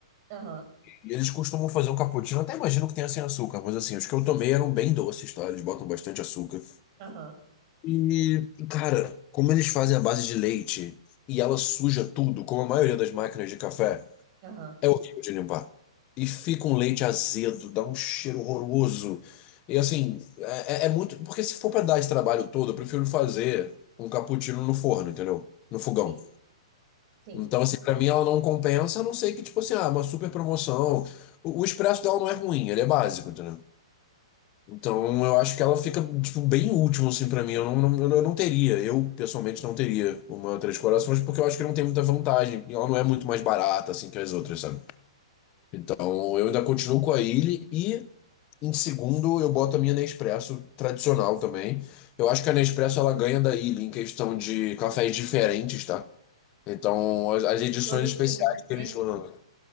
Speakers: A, on the right; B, on the left.
A: Aham,
B: E eles costumam fazer um cappuccino, até imagino que tenha sem açúcar, mas assim, os que eu tomei eram bem doces, tá? Eles botam bastante açúcar.
A: aham,
B: E, cara, como eles fazem a base de leite e ela suja tudo, como a maioria das máquinas de café,
A: aham.
B: é horrível de limpar. E fica um leite azedo, dá um cheiro horroroso. E assim, é, é é muito. Porque se for pra dar esse trabalho todo, eu prefiro fazer um cappuccino no forno, entendeu? No fogão.
A: Sim, sim.
B: Então, assim, pra mim ela não compensa, a não ser que, tipo assim, ah, uma super promoção. O, o expresso dela não é ruim, ele é básico, entendeu? Então eu acho que ela fica, tipo, bem último, assim, pra mim. Eu não, não- eu não teria, eu pessoalmente não teria uma Três Corações, porque eu acho que não tem muita vantagem. E Ela não é muito mais barata, assim, que as outras, sabe? Então eu ainda continuo com a Illy e, em segundo, eu boto a minha Nespresso tradicional também. Eu acho que a Nespresso ela ganha da Illy em questão de cafés diferentes, tá? Então as, as edições
A: Origens
B: especiais
A: diferentes?
B: que eles lançam.